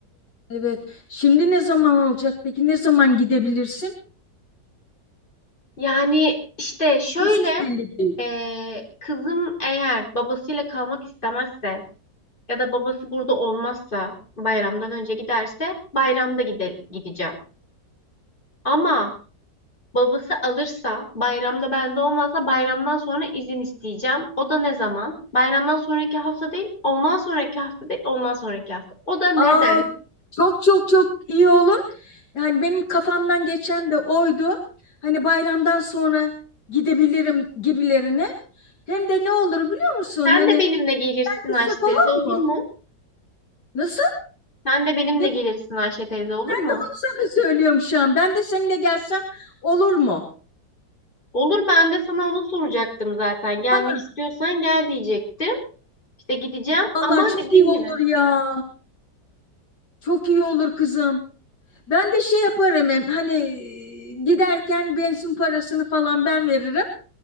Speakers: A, on the left; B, on the left.
A: evet. Şimdi ne zaman olacak? Peki ne zaman gidebilirsin?
B: Yani işte şöyle
A: Kesin belli değil.
B: e, kızım eğer babasıyla kalmak istemezse ya da babası burada olmazsa bayramdan önce giderse bayramda gide gideceğim. Ama Babası alırsa, bayramda bende olmazsa bayramdan sonra izin isteyeceğim. O da ne zaman? Bayramdan sonraki hafta değil, ondan sonraki hafta değil, ondan sonraki hafta. O da neden?
A: Aa, çok çok çok iyi olur. Yani benim kafamdan geçen de oydu. Hani bayramdan sonra gidebilirim gibilerine. Hem de ne olur biliyor musun?
B: Sen
A: Hani
B: de benimle gelirsin
A: gitsek
B: Ayşe teyze
A: olur
B: olur
A: mu?
B: mu?
A: Nasıl?
B: Sen de benimle
A: Ne?
B: gelirsin Ayşe teyze olur
A: Ben
B: mu?
A: de onu sana <laughs> söylüyorum şu an. Ben de seninle gelsem olur mu?
B: Olur ben de sana onu soracaktım zaten. Gelmek
A: Tamam.
B: istiyorsan gel diyecektim. İşte gideceğim
A: Vallahi
B: ama
A: çok
B: dediğim
A: iyi olur
B: gibi
A: ya. Çok iyi olur kızım. Ben de şey yaparım hem hani e, giderken benzin parasını falan ben veririm.